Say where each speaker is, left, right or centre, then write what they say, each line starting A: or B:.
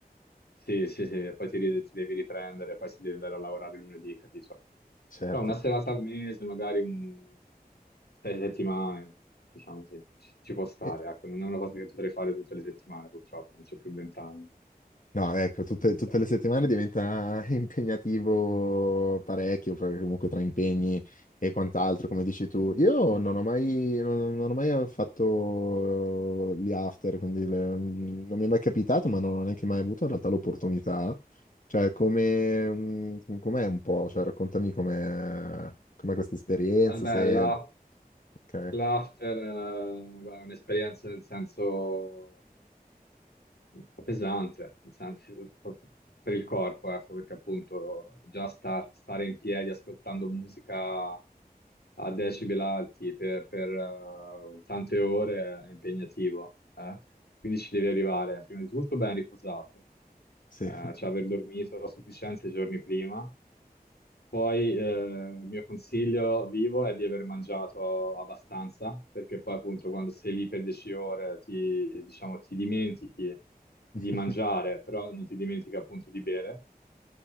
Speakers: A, on the left; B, on the left.
A: Sì, sì, sì, poi ti, ri- ti devi riprendere, poi si deve andare a lavorare lunedì, capito?
B: certo.
A: Però una serata al mese, magari un- sei settimane, diciamo sì, ci, ci può stare,
B: E-
A: ecco, non è una cosa che potrei fare tutte le settimane, purtroppo, non c'ho più vent'anni.
B: No, ecco, tutte, tutte
A: Però-
B: le settimane diventa <laughs> impegnativo parecchio, perché comunque tra impegni e quant'altro, come dici tu. Io non ho mai, non, non ho mai fatto eh, gli after, quindi le- mm, non mi è mai capitato, ma non ho neanche mai avuto in realtà l'opportunità. Cioè, come, mh, com'è un po'? Cioè, raccontami com'è com'è questa esperienza,
A: Eh beh,
B: se...
A: la-
B: Ok,
A: l'after, eh, beh, è un'esperienza nel senso un po' pesante, nel senso, proprio per il corpo, ecco, perché appunto già star- stare in piedi ascoltando musica a decibel alti per, per, eh, tante ore è impegnativo, eh. Quindi ci devi arrivare prima di tutto ben riposato,
B: sì.
A: eh, cioè aver dormito a sufficienza i giorni prima, poi eh, il mio consiglio vivo è di aver mangiato abbastanza, perché poi appunto quando sei lì per 10 ore ti, diciamo, ti dimentichi di
B: <laughs>
A: mangiare, però non ti dimentichi appunto di bere.